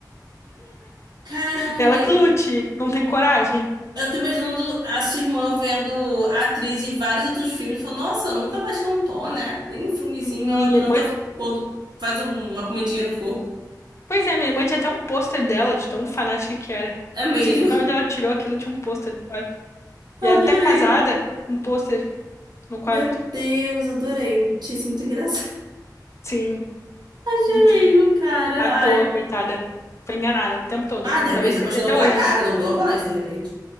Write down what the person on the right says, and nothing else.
Caramba!
Eu tô imaginando a sua irmã vendo a atriz de vários outros filmes, falando, nossa, ela nunca mais cantou, né? Nem um filmezinho
ela canta
quando faz um- uma comidinha no fogo.
É mesmo.
<laughs>
Adorei.
Meu Deus, adorei. Achei isso muito engraçado.
<laughs> Achei
mesmo, cara.
Ai.
Ah, de
repente se
apaixonou
pela
cara, não pela voz, de repente.